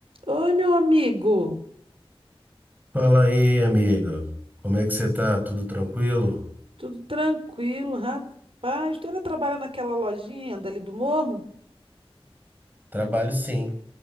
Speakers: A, on the right; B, on the right.
A: Oi, meu amigo.
B: Fala aí, amiga. Como é que você tá? Tudo tranquilo?
A: Tudo tranquilo, rapaz? Tu ainda trabalha naquela lojinha dali do morro?
B: Trabalho sim.